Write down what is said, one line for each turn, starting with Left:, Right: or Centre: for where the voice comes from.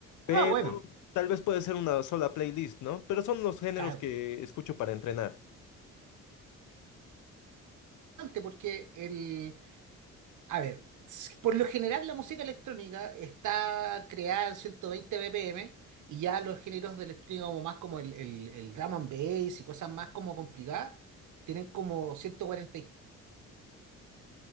Left: Pero
Right: Ah, bueno,
Left: tal vez puede ser una sola playlist, ¿no? Pero son los géneros
Right: claro.
Left: que escucho para entrenar.
Right: Importante, Porque el, A ver, s- por lo general la música electrónica está creada en 120 BPM y ya los géneros de electrónica como más como el, el, el drum and bass y cosas más como complicadas tienen como 143.